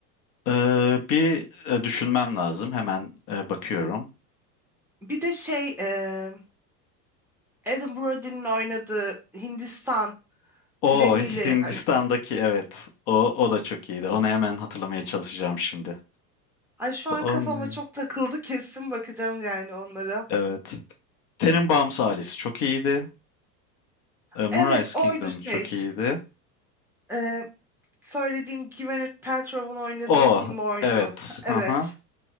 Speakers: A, on the left (about 45°); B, in the centre.
A: Ee, bir e, düşünmem lazım. Hemen e, bakıyorum.
B: Bir de şey e, Adam Brody'nin oynadığı Hindistan
A: O
B: treniyle.
A: Hindistan'daki
B: Ay
A: evet. O o da çok iyiydi. Onu hemen hatırlamaya çalışacağım şimdi.
B: ay, şu
A: O-
B: an kafama
A: Onun
B: çok takıldı kesin bakacağım yani onlara.
A: evet. Tenenbaums ailesi çok iyiydi. E, Moonrise
B: Evet oydu
A: Kingdom çok
B: şey.
A: iyiydi.
B: E, söylediğim Gwyneth Paltrow'un oynadığı
A: O
B: film oydu.
A: evet.
B: Evet,
A: Aha.